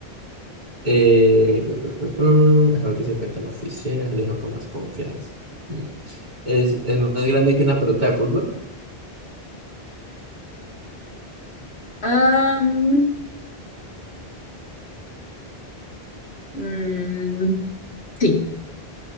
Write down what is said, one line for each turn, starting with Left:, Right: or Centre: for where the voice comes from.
Right: Eh, mm, mm, mm, mm, ¿es algo que se encuentra en la oficina? Se lo digo con más confianza. Mm. ¿Es, es más grande que una pelota de fútbol?
Left: Am, mm, sí,